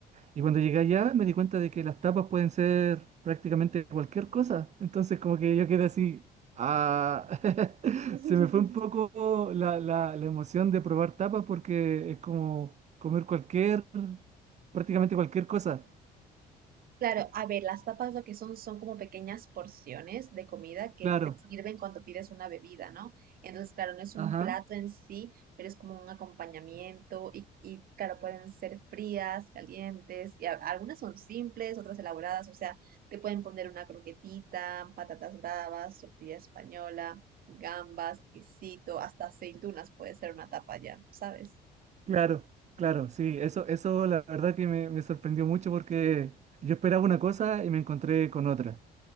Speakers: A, on the right (about 45°); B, on the right (about 60°).
A: Y cuando llegué allá me di cuenta de que las tapas pueden ser prácticamente cualquier cosa. Entonces como que yo quedé así, ah, <laughs>
B: <laughs>
A: se me fue un poco la, la- la emoción de probar tapas porque es como comer cualquier, prácticamente cualquier cosa.
B: Claro, a ver, las tapas lo que son son como pequeñas porciones de comida que
A: Claro,
B: te sirven cuando pides una bebida, ¿no? Entonces, claro, no es
A: ajá,
B: un plato en sí, pero es como un acompañamiento y, y, claro, pueden ser frías, calientes, y a- algunas son simples, otras elaboradas, o sea, te pueden poner una croquetita, patatas bravas, tortilla española, gambas, quesito, hasta aceitunas puede ser una tapa ya, ¿sabes?
A: claro, claro, sí, eso, eso la verdad que me, me sorprendió mucho porque yo esperaba una cosa y me encontré con otra.